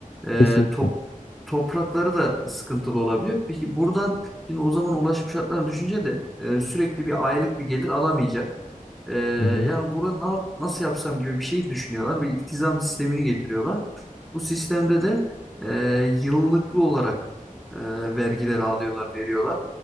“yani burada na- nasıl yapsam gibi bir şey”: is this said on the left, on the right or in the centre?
Centre